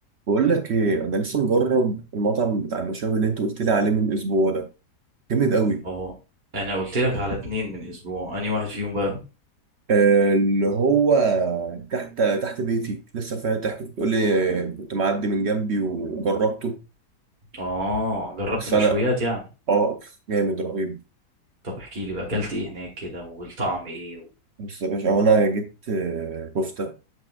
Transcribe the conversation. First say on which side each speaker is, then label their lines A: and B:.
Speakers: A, on the right; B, on the right.
A: بقول لك ايه انا لسه مجرب المطعم بتاع المشاوي اللي انت قلت لي عليه من اسبوع ده جامد قوي
B: اه انا قلت لك على اتنين من اسبوع انهي واحد فيهم بقى
A: آه، اللي هو تحت تحت بيتي لسه فاتح كنت بتقول لي كنت معدي من جنبي وجربته
B: اه جربت
A: بس
B: مشويات
A: انا
B: يعني
A: اه جامد رهيب
B: طب احكي لي بقى اكلت ايه هناك كده والطعم ايه و...
A: بص يا باشا هو انا جبت آه، كفته